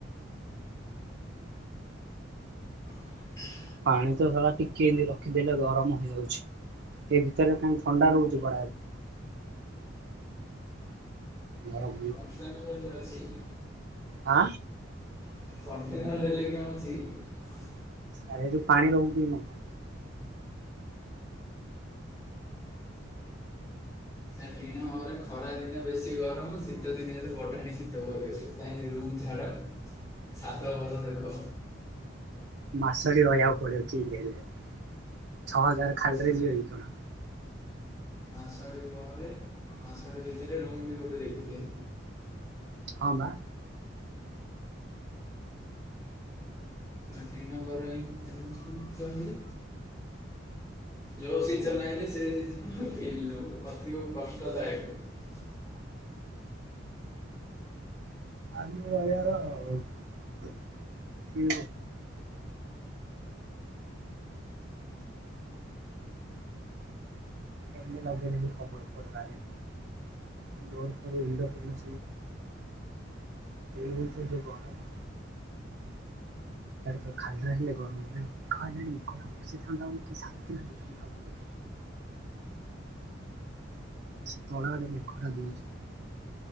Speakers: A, on the left; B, on the right.
A: <inaudible>
B: ପାଣି ତ ଶଳା ଟିକେ ଏ ରଖିଦେଲେ ଗରମ ହେଇଯାଉଛି। ଏ ଭିତରେ କା ଥଣ୍ଡା ରହୁଛି <unintelligible> ଗରମ
A: <unintelligible>
B: ଆ
A: <unintelligible>
B: ଆରେ ଯଉ ପାଣି ରହୁ ଯାଉ ଚି ମ
A: ନା ଟିଣ ଘରେ ଖରା ଦିନ ବେଶୀ ଗରମ ଶୀତ ଦିନ ହେଲେ ବଢାଣି ଶୀତହିଁକ ରୁମ ଝାଡା ସାତ ଘର ଦେଖ
B: ମାସଟି ରହିବାକୁ ପଡିବ କି ଛଅ ହଜାର
A: ଆଉ ମାସଟି
B: ଖାଲିରେ ଟାରେ ଯିବ ନା କଣ।
A: ମାସଟି ପରେ ମାସଟି ଭିତରେ ରୁମ୍ ବି ଗୋଟେ ଦେଖିଦିଅ
B: ହଁ ବା।
A: ଆଉ ଟିଣ ଘର ହିଁ ଏମିତି କହିଲେ ଯୋଉ ସିଜନ ସେ ଅଧିକ କଷ୍ଟଦାୟକ।
B: ଆ ରଜାରଉ ଠ ଫମ ଲଗି ଖବର ପିବାରେ <unintelligible> କଉ ଗରମ କହିଆକୁ ନାହିଁ। ଇଆଡେ ତ ଖାଲିରେ ହେଲେ ଗରମରେ ମେଘ ହେଲାଣି ନିଘ ଟା ବର୍ଷିଥାନ୍ତା ବୋଲି କି ଶାନ୍ତି ଲାଗିଥାନ୍ତା ବୋଲି। <inaudible> ସେ ତଳ ଆଡେ ମେଘଟା ଦେଉଛି।